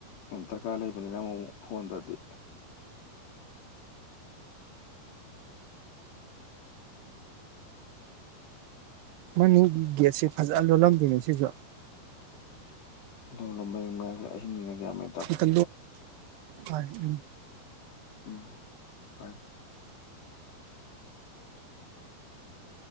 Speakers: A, on the left; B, on the right.
A: ꯌꯥꯝ ꯗꯔꯀꯥꯔ ꯂꯩꯕꯅꯤꯅ ꯑꯃꯨꯃꯨꯛ ꯍꯣꯟꯗꯗꯤ꯫
B: ꯃꯥꯅꯤ ꯕꯤꯑꯦꯁꯦ ꯐꯖ꯫ <unintelligible> ꯅꯪꯒꯤꯅꯦ ꯁꯤꯁꯨ꯫
A: ꯂꯨ ꯂꯣꯡꯕ ꯃꯌꯥꯒꯤ ꯑꯍꯤꯡꯅꯤꯅ ꯌꯥꯃꯦ
B: ꯀ ꯋꯥꯦ ꯎꯝ
A: ꯎꯝ ꯐꯣꯏ